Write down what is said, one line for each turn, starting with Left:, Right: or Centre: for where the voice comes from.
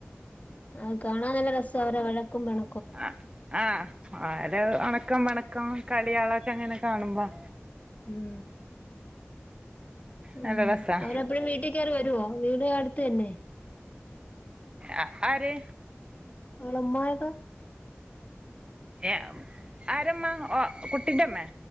Left: ആഹ് കാണാൻ നല്ല രസാ അവരെ വഴക്കും പെണ
Right: ആഹ് ആഹ് അവരേ എണക്കം പെണക്കം കളിയാളൊക്കെ ഇങ്ങനെ കാണുമ്പം
Left: ഉം ഉം
Right: നല്ല രസാ
Left: അവര് എപ്പഴും വീട്ടി കേറി വരുവോ വീട് അടുത്ത്ന്നേ
Right: അ ആര്
Left: ഒളേ ഉമ്മായൊക്കെ
Right: എ ആരെ ഉമ്മാ ഒ കുട്ടിന്റെ ഉമ്മേ